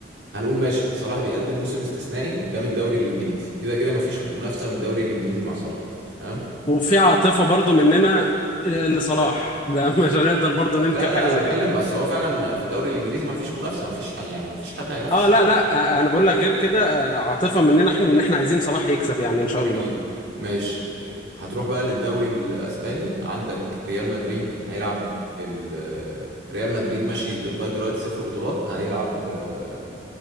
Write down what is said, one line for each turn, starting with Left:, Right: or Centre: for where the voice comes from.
Right: هنقول ماشي صلاح بيقدم موسم استثنائي ده من الدوري الانجليزي كده كده ما فيش منافسه من الدوري الانجليزي مع صلاح تمام
Left: وفي عاطفة برضو مننا آه، لصلاح ده <laughs> مش هنقدر برضو ننكر
Right: لا لا
Left: حاجة
Right: انا
Left: زي
Right: بتكلم
Left: كده
Right: بس هو فعلا ما- في الدوري الانجليزي ما فيش منافسه ما فيش ح- يعني ما فيش حد هينافس
Left: اه
Right: صلاح
Left: لا لا آه، انا بقول لك غير كده آه، عاطفة مننا احنا ان احنا عايزين صلاح يكسب يعني ان شاء الله
Right: اكيد ماشي هتروح بقى للدوري الاسباني عندك ريال مدريد هيلعب ال- ريال مدريد ماشي دل- لغايه دلوقتي صفر بطولات هيلعب آه،